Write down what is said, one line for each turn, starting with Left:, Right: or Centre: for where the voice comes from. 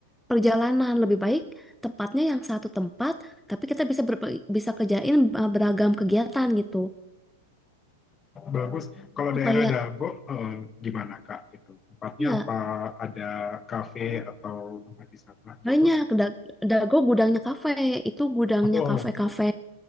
Centre: perjalanan lebih baik tepatnya yang satu tempat, tapi kita bisa berpe- bisa kerjain eh, beragam kegiatan gitu.
Left: Bagus. Kalau
Centre: Supaya
Left: daerah Dago, eh, gimana Kak? Gitu. Tempatnya
Centre: ya
Left: apa? Ada kafe atau tempat wisata gitu?
Centre: Banyak, Da- Dago gudangnya kafe. Itu gudangnya
Left: Oh,
Centre: kafe-kafe
Left: oke.